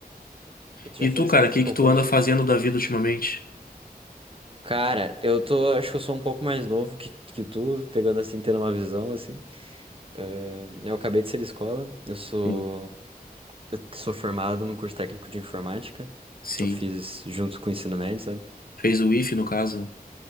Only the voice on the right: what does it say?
E tu
já fez
quantos
concursos?
Cara, eu tô, acho que eu sou um pouco mais novo que, que tu, pegando assim, tendo uma visão assim. Ahn, eu acabei de ser de escola, eu sou,
eu sou formado no curso técnico de informática.
Eu fiz junto com o ensino médio, sabe?